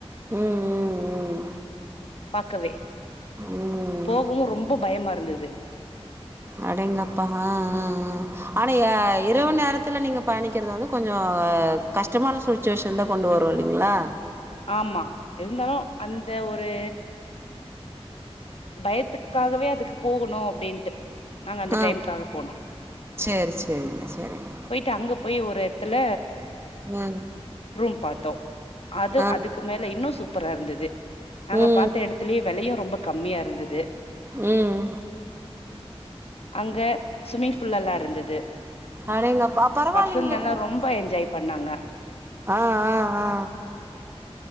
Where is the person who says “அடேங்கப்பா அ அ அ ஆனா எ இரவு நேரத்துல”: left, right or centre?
Right